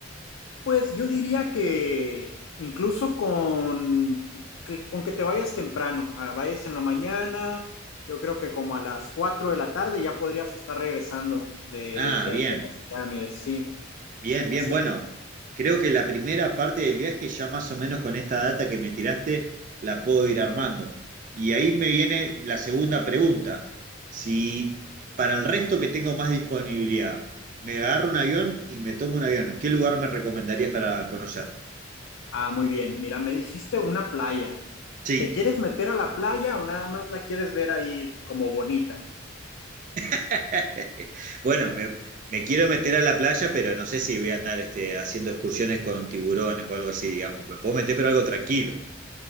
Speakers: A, on the left (about 70°); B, on the right (about 40°).
A: Pues yo diría que incluso con que, con que te vayas temprano, ah, vayas en la mañana, yo creo que como a las 4 de la tarde ya podrías estar regresando de,
B: Ah,
A: de
B: bien.
A: ahí a las pirámides, sí,
B: Bien, bien,
A: sí.
B: bueno, creo que la primera parte del viaje ya más o menos con esta data que me tiraste la puedo ir armando. Y ahí me viene la segunda pregunta. Si para el resto que tengo más disponibilidad, me agarro un avión y me tomo un avión, ¿qué lugar me recomendarías para conocer?
A: Ah, muy bien. Mira, me dijiste una playa.
B: Sí.
A: ¿Te quieres meter a la playa o nada más la quieres ver ahí como bonita?
B: <laughs> Bueno, me, me quiero meter a la playa, pero no sé si voy a andar este, haciendo excursiones con tiburones o algo así, digamos. Me puedo meter, pero algo tranquilo.